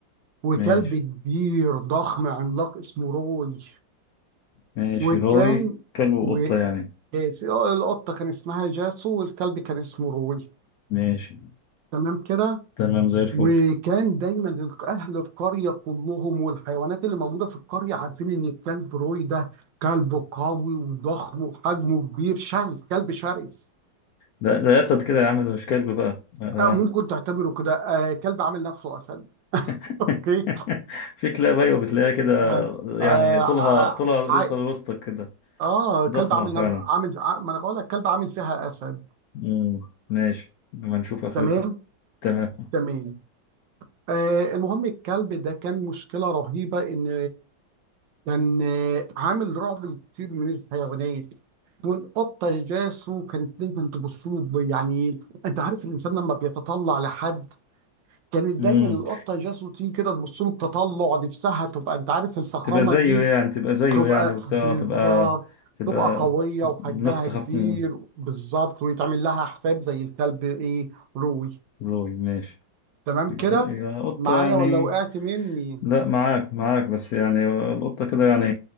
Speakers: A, on the right (about 70°); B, on the left (about 85°).
A: وكلب
B: ماشي
A: كبير ضخم عملاق اسمه روي
B: ماشي
A: وكان
B: روي كلب وقطة
A: و
B: يعني
A: آه، القطة كان اسمها جاسو والكلب كان اسمه روي
B: ماشي
A: تمام كده
B: تمام زي الفل
A: وكان دايما الق- أهل القرية كلهم والحيوانات اللي موجودة في القرية عارفين إن الكلب روي ده كلب قوي وضخم وحجمه كبير شرس كلب شرس
B: ده ده أسد كده يا عم ده مش كلب بقى آه.
A: آه ممكن تعتبره كده آه كلب عامل نفسه أسد <laughs>
B: <laughs>
A: أوكي
B: في كلاب أيوة بتلاقيها كده
A: آه
B: يعني
A: آه
B: طولها طولها
A: ع-
B: يوصل لوسطك كده
A: اه كلب
B: ضخمة
A: عامل
B: فعلا
A: نف... عامل ع- ما انا بقول لك كلب عامل فيها اسد
B: مم. ماشي لما نشوف آخرته
A: تمام
B: تمام
A: تمام آه المهم الكلب ده كان مشكله رهيبه ان كان آه، عامل رعب لكتير من الحيوانات والقطه جاسو كانت دايما تبص له يعني انت عارف الانسان لما بيتطلع لحد كانت دايما
B: مم.
A: القطه جاسو تيجي كده تبص له بتطلع نفسها تبقى انت عارف الفخامه
B: تبقى زيه
A: دي
B: يعني تبقى زيه
A: تبقى
B: يعني وتبقى
A: بالظبط
B: تبقى تبقى
A: تبقى قوية وحجمها
B: الناس تخاف
A: كبير
B: من
A: بالظبط ويتعمل لها حساب زي الكلب ايه روي
B: لوي ماشي
A: تمام
B: الج-
A: كده
B: يا قطة
A: معايا
B: يعني
A: ولا وقعت مني
B: لا معاك معاك بس يعني القطة كده يعني